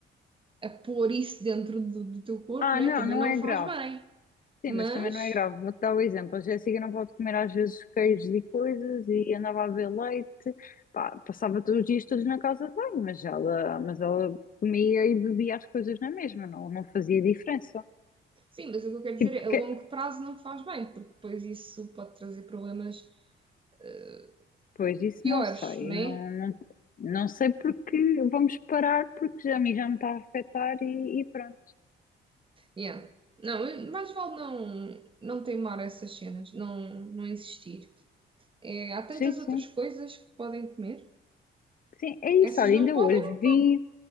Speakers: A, on the right; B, on the left.
A: a pôr isso dentro do, do teu corpo,
B: Ah,
A: né?
B: não,
A: também
B: não
A: não
B: é
A: faz
B: grave.
A: bem. Mas,
B: Sim, mas também não é grave. Vou-te dar o exemplo. A Jéssica não pode comer às vezes queijos e coisas e andava a beber leite. Pá, passava todos os dias todos na casa de banho, mas ela, mas ela comia e bebia as coisas na mesma, não, não fazia diferença.
A: sim, mas o que eu quero
B: Tipo,
A: dizer é a
B: que-
A: longo prazo não faz bem, porque depois isso pode trazer problemas eh,
B: pois isso
A: piores,
B: não sei.
A: né?
B: Não, não, não sei porque vamos parar porque já, a mim já me está a afetar e, e pronto.
A: Yeah. Não, mais vale não, não teimar essas cenas, não, não insistir. É, há tantas
B: Sim, sim.
A: outras coisas que podem comer,
B: Sim, é isso.
A: essas
B: Olha,
A: não
B: ainda
A: podem,
B: hoje
A: não.
B: vi,